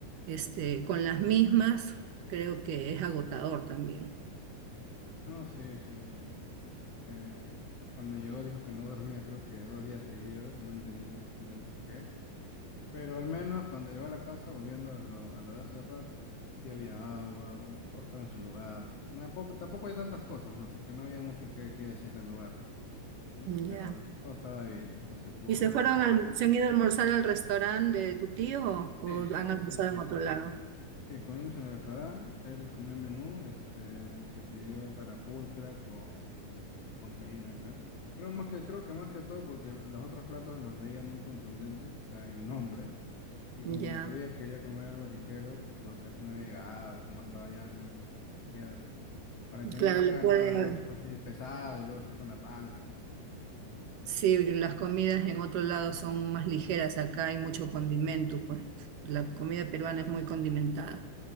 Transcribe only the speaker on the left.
No, sí, sí, sí, sí, sí. Eh, cuando llegó dijo que no dormía, creo que dos días seguidos. No entendí exactamente por qué. Pero al menos cuando llegó a la casa, volviendo a lo, a lo de hace rato, sí había agua, bueno, todo estaba en su lugar, ¿no? No, Tampoco, tampoco hay tantas cosas, ¿no? Así que no había mucho que, que decir del lugar, ¿no?
Pero todo estaba bien, entonces se pudo
dar
un baño.
Sí, sí,
sí, sí.
Sí, comimos en el restaurante, él comió menú, este, se pidió carapulcra con con bancaína, creo. Creo más que, creo que más que todo porque los otros platos los veía muy contundentes, o sea, en nombre. Y
como que todavía quería comer algo ligero porque recién había llegado y como estaba ya ¿no? Entonces, quería, para que no
le caiga
nada, ¿no? Cho- Así pesado y luego esté con la panza, ¿no?